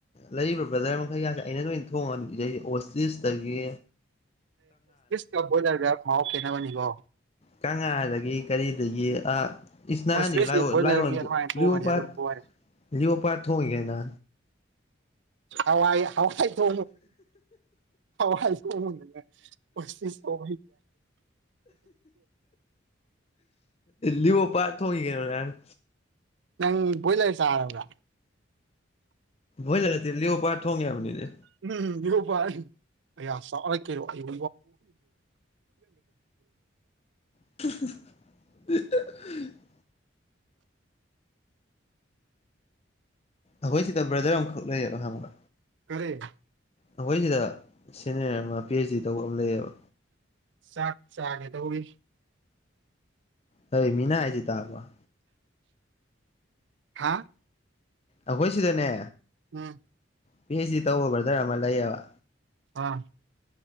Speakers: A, on the left; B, on the right.
A: ꯂꯩꯔꯤꯕ ꯕ꯭ꯔꯗꯔ ꯃꯈꯈꯩ ꯌꯥꯁꯦ ꯑꯩꯅ ꯂꯣꯏꯅ ꯊꯣꯡꯉ ꯏꯗꯩ ꯑꯣꯁꯇꯤꯁꯇꯒꯤ
B: ꯁ ꯀꯣꯔ ꯍꯥꯎ ꯀꯩꯅꯕꯅꯤꯕꯣ
A: ꯀꯪꯂꯥꯗꯒꯤ ꯀꯔꯤꯗꯒꯤ ꯏꯅꯥꯅꯤꯑꯣ
B: ꯑꯣꯁꯇ꯭ꯔꯤꯁꯇꯤ ꯕꯣꯏꯂꯔꯒꯤ
A: ꯂꯥꯏꯑꯣꯣꯟꯗꯨ
B: ꯑꯗꯨꯃꯥꯏꯅ ꯊꯣꯡꯉꯗꯤ
A: ꯂꯨꯌꯣ ꯄꯠ
B: ꯑꯗꯨꯝ ꯂꯣꯏꯔꯦ
A: ꯂꯑꯣ ꯄꯔꯊꯣꯡꯒꯦꯅꯥ
B: ꯍꯋꯥꯏ ꯍꯋꯥꯏ ꯊ ꯍꯋꯥꯏ ꯊꯅ ꯁ ꯁꯣ
A: ꯂꯤꯑꯣꯣ ꯄꯥꯔ ꯊꯣꯡꯉꯒꯅꯣ ꯅꯅ
B: ꯅꯪ ꯣꯏꯂꯔꯁꯥꯔꯕ꯭ꯔ
A: ꯣꯏꯖꯂꯦꯜꯂꯤꯑꯣ ꯄꯔ ꯊꯣꯡꯦ ꯑꯃꯅꯤꯅꯤꯅꯦ
B: ꯎꯝ ꯔꯣꯄꯥꯏ ꯑ ꯆꯥꯔ ꯀꯦꯔꯣ ꯑꯩ
A: <unintelligible> ꯑꯩꯈꯣꯏ ꯁꯤꯗ ꯕ꯭ꯔꯗꯔ ꯑꯃꯈꯛ ꯂꯩꯌꯦꯕꯣ ꯍꯪꯕ
B: ꯇꯔꯦ
A: ꯑꯩꯈꯣꯏ ꯁꯤꯗ ꯁꯦꯅꯤꯌꯔ ꯑꯃ ꯄꯤ ꯑꯩꯆ ꯗꯤ ꯇꯧꯕ ꯑꯃ ꯂꯩꯌꯦꯕ
B: ꯆꯥꯛ ꯆꯥꯒꯦ ꯇꯧꯧꯕꯤ
A: ꯍꯣꯏ ꯃꯤꯅ ꯍꯥꯏꯁꯤꯦ ꯇꯥꯕ
B: ꯍꯥꯥ
A: ꯑꯩꯈꯣꯏ ꯁꯤꯗꯅꯦ
B: ꯎꯝ
A: ꯄꯤꯆ ꯁꯤ ꯇꯧꯕ ꯕ꯭ꯔꯗꯔ ꯑꯃ ꯂꯩꯌꯦꯕ
B: ꯑ